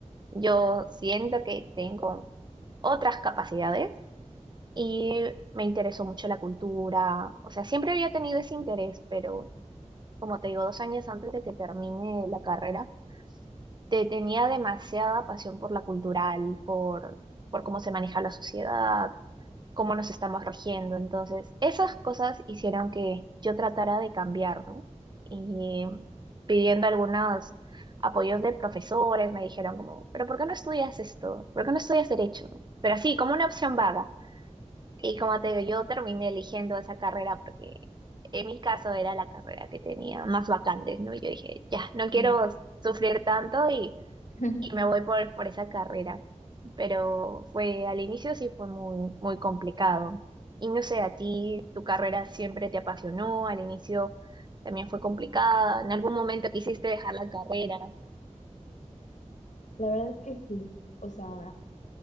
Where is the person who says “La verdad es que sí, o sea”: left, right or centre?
Left